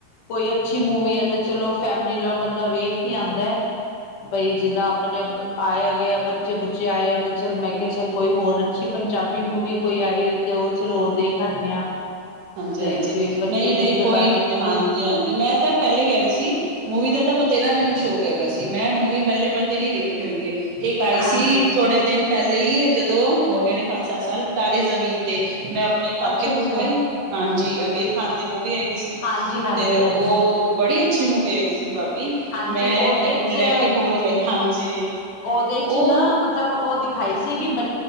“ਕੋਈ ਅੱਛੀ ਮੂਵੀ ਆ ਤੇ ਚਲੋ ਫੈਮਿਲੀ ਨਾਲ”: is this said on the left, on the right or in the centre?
Left